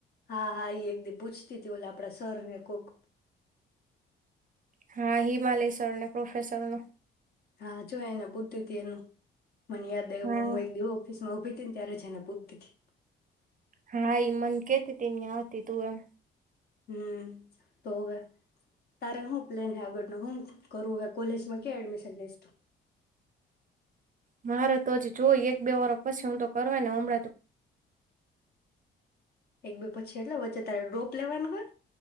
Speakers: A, on the left; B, on the right.
A: હા, હા. ઈ એક દિ પૂછતી તી ઓલા આપણા સર ને કોક
B: હા, હિમાલેશ્વર ને પ્રોફેસર નું
A: હા, જોય એને પૂછતી તી એનું. મને યાદ આયવું
B: હા
A: હું હે એક દિ હું ઓફિસ માં ઊભી તીને ત્યારે જ એને પૂત્તી તી.
B: હા, ઈ મન કેતી તી ન્યાં હતી તું એમ.
A: હમ્મ, તો હવે તારે હું પ્લેન હે, આગળ નો હું કરવું હે? કોલેજમાં કયા એડમિશન લેશ તું?
B: મારે તો હજી જોઈ, એક બે વરહ પછી હું તો કરવાની હું હમણાં તો
A: એક બે પછી એટલે વચ્ચે તારે ડ્રોપ લેવાનું હે?